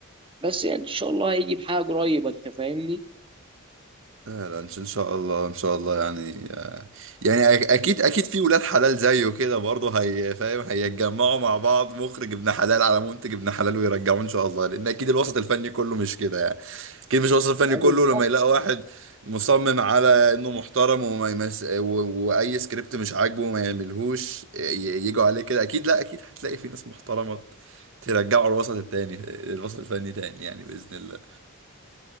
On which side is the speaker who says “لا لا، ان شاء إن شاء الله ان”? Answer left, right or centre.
Right